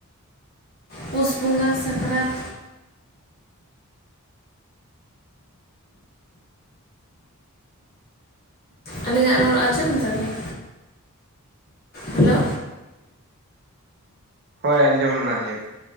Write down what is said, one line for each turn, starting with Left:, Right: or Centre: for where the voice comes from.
Left: ᱯᱩᱥ ᱵᱚᱸᱜᱟ ᱥᱟᱠᱨᱟᱛ᱾ ᱟᱞᱤᱧᱟᱜ ᱨᱚᱲ ᱟᱸᱡᱚᱢ ᱫᱟᱵᱮᱱ? ᱦᱟᱞᱳ᱾
Right: ᱦᱳᱭ ᱟᱸᱡᱚᱢᱱᱟ ᱧᱤᱛ᱾